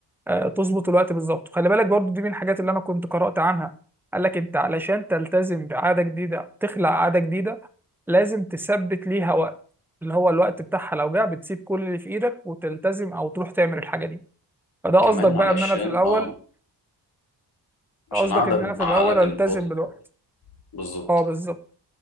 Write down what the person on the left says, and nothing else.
كمان
علشان
اه عشان
عقلك
عقلك
الباطن
برضه بالظبط